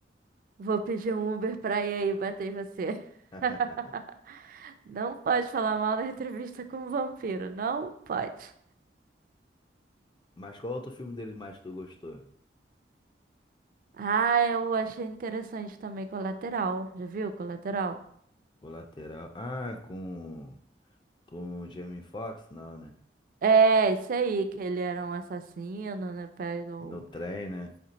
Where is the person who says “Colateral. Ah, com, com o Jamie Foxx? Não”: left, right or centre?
Left